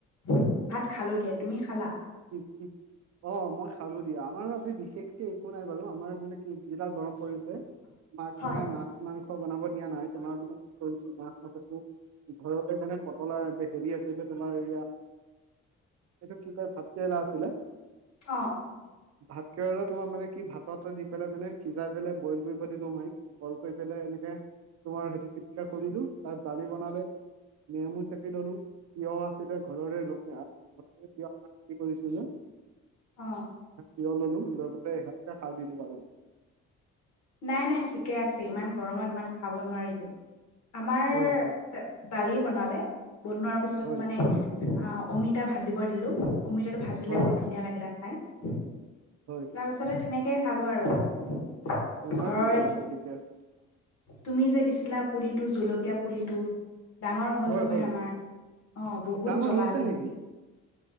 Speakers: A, on the left; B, on the right.
A: ভাত খালো দিয়া তুমি খালা
B: উ উ অ মই খালো দিয়া আমাৰ আজি বিশেষকে একো নাই বাৰু আমাৰ মানে কি যিডাল গৰম পৰিছে মাক
A: হয়।
B: মানে মাছ মাংস বনাব দিয়া নাই তোমাৰ মানে কি কৰিছো মাছ মাথৈছো ঘৰতে মানে পটলা হেৰি আছিল তোমাৰয়া
A: উ
B: এইটো কি কয় ভাতকেৰেলা আছিলে
A: অ অ
B: ভাতকৰে তোমাৰ মানে কি ভাততে দি পেলাই মানে সিজাই পেলাই বইল কৰিব দিিলো ম বইল কৰি পেলাই এনেকে তোমাৰ সেইটো পিটিকা খুলি দিো তাৰ দালি বনালে নেমু চেক লনো তিিয় আছিলে ঘৰৰে ঘৰৰে িয় আমাৰ কি কৰিছো ই
A: অ
B: িয় ললো লৈ পাই এখকে খাই দিলো আৰু
A: নাই নাই ঠিকে আছে ইমান গৰমত ইমান খাব নোৱাৰিতো আমাৰ
B: হয় হয়
A: দালি বনালে বনোৱাৰ পিছত
B: হয়
A: মানে অমিতা ভাজিব দিলো অমৃতটো ভাজিলে
B: হয়,
A: বহুত ধুনীয়া লাগিলে খাই
B: হয়।
A: তাৰপিছতে তেনেকেই খালোঁ আৰু
B: নহয়
A: ঘৰৰ
B: ঠিকে আছে ঠিকে আছে
A: তুমি যে দিছিলা পুলিটো জলকীয়া পুলিটো ডাঙৰ হল
B: হয়,
A: নহয়
B: হয়।
A: আমাৰ অ বহুত
B: ডাঙৰ
A: জলা
B: হৈছে
A: কি
B: নেকি?